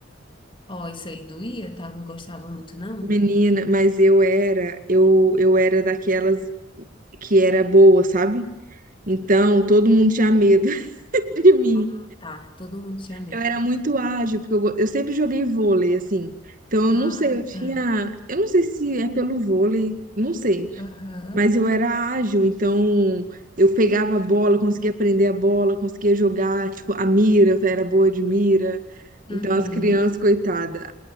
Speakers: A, on the left; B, on the right.
A: Ó, isso aí doía, tá? Não gostava muito, não?
B: Menina, mas eu era, eu, eu era daquelas que era boa, sabe? Então, todo mundo tinha medo <laughs> de mim.
A: Ah, Tá, todo mundo tinha medo.
B: Eu era muito ágil, porque eu, go- eu sempre joguei vôlei, assim. Então, eu
A: Ah,
B: não sei, eu tinha,
A: tá.
B: eu não sei se é pelo vôlei, não sei.
A: Aham.
B: Mas eu era ágil, então eu pegava a bola, conseguia prender a bola, conseguia jogar, tipo, a mira, eu era boa de mira.
A: Uhum.
B: Então as crianças, coitada,